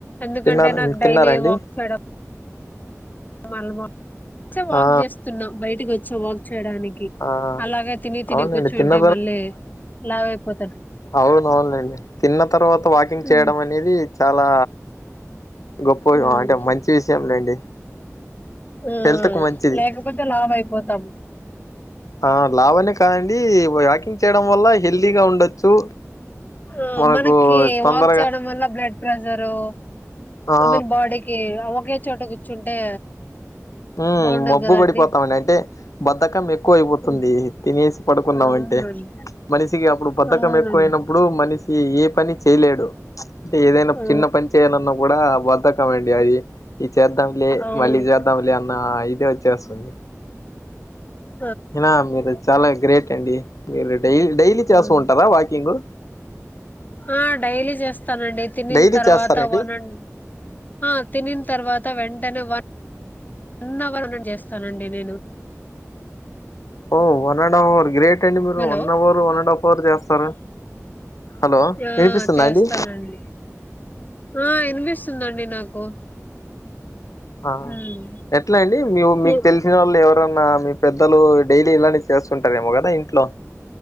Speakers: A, on the left; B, on the left.
A: ఎందుకంటే
B: తిన్నార
A: నాకు డైలీ
B: తిన్నారండి
A: వాక్ చేయడం మళ్ళ వాక్ చా వాక్
B: ఆ
A: చేస్తున్నా బయటికి వచ్చా వాక్ చేయడానికి కి
B: ఆ
A: అలాగే తిని తిని
B: అవునండి
A: కూర్చుంటే
B: తిన్న
A: మళ్ళీ లావు అయిపోతారు
B: అవునవును లెండి తిన్న తర్వాత వాకింగ్
A: ఉమ్,
B: చేయడం అనేది చాలా గొప్ప
A: ఉమ్,
B: అంటే మంచి విషయం లేండి
A: ఆ
B: హెల్త్ కు మంచిది
A: లేకపోతే లావు అయిపోతాం
B: ఆ లావు అనే కాదండీ వాకింగ్ చేయడం వల్ల హెల్దీగా ఉండొచ్చు
A: ఆ
B: మనకు
A: మనకి
B: తొందరగా
A: వాక్ చేయడం వల్ల బ్లడ్ ప్రెషరు
B: ఆ
A: ఐ మీన్ బాడీకి ఒకే చోట కూర్చుంటే
B: ఉమ్
A: బాగుండదు
B: మబ్బు
A: కదండీ!
B: పడిపోతామండి అంటే బద్దకం ఎక్కువ అయిపోతుంది
A: హ్మ్.
B: తినేసి పడుకున్నామంటే
A: అవునండి.
B: మనిషికి అప్పుడు బద్ధకం
A: అవునండి.
B: ఎక్కువయిన ప్పుడు మనిషి ఏ పని చేయలేడు ఏదైనా
A: ఆ!
B: చిన్న పని చేయాలన్నా కూడా బద్ద మండి అయి ఇది చేద్దాంలే
A: అవును.
B: మళ్ళీ చేద్దాంలే అన్న ఇది వచ్చేస్తుంది
A: హ
B: అయిన మీరు చాలా గ్రేట్ అండి మీరు డై డైలీ చేస్తూ
A: ఆహా!
B: ఉంటారా వాకింగ్
A: ఆ డైలీ చేస్తానండి తినిన
B: డైలీ
A: తర్వాత
B: చేస్తారండి
A: వన్ అండ్ ఆ తినిన తర్వాత వెంటనే వన్ అవర్ అన చేస్తానండి నేను
B: ఓ one and half hour great అండి మీరు
A: hello!
B: One hour one and half hour చేస్తారు హలో
A: ఆ!
B: వినిపిస్తుందా
A: చేస్తానండి.
B: అండి
A: ఆ ఇనిపిస్తుందండి నాకు
B: ఆ
A: హ్మ్.
B: ఎట్లా అండి మీ మీకు
A: ఎ
B: తెలిసిన వాళ్ళు ఎవరు న్నా మీ పెద్దలు డైలీ ఇలానే చేస్తుంటారేమో కదా ఇంట్లో